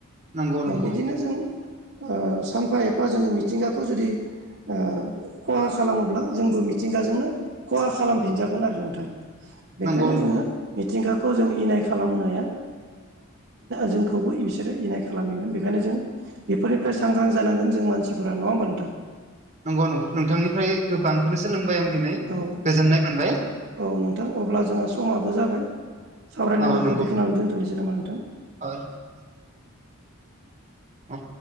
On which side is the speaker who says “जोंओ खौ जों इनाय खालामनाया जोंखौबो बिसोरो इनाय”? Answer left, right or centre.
Right